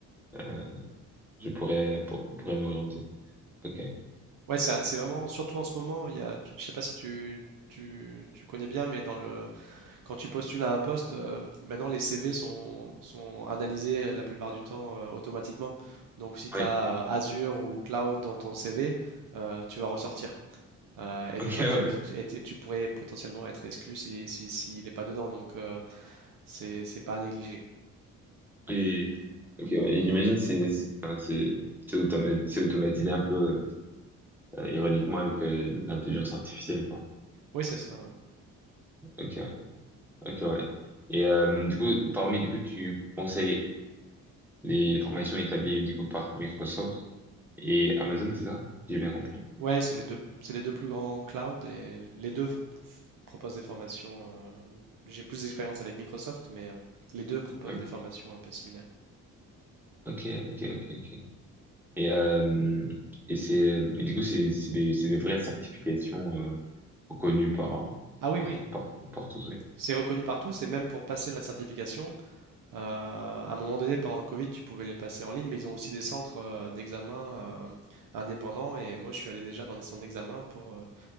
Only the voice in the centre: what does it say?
euh, je pourrais pour- pourrais m'orienter ok
Oui.
Ok,
ouais.
Et, ok, ouais. Et j'imagine c'est c'est enfin, c'est c'est automa- c'est automatisé un peu euh, ironiquement avec euh, l'intelligence artificielle quoi.
Ok, ok, ouais. Et euh, du coup, parmi du coup, tu conseilles les, les formations établies du coup par Microsoft et Amazon, c'est ça? J'ai bien compris.
Oui.
Ok, ok, ok, ok. Et euh, et c'est euh, et du coup c'est c'est des c'est des vraies certifications euh, reconnues par
par
par par tous. ouais.